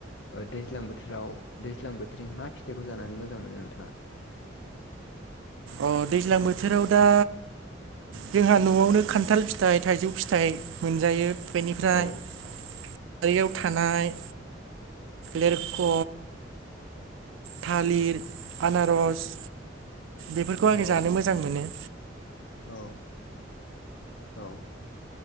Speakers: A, on the left; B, on the right.
A: ओ दैज्लां बोथोराव दैज्लां बोथोरनि मा फिथाइखौ जानानै मोजां मोनो नोंथाङा?
B: अ दैज्लां बोथोराव दा जोंहा न'आवनो खान्थाल फिथाइ थाइजौ फिथाइ मोनजायो बेनिफ्राय
A: औ
B: बारियाव थानाय लेरख' थालिर आनारस बेफोरखौ आङो
A: औ
B: जानो मोजां मोनो।
A: औ औ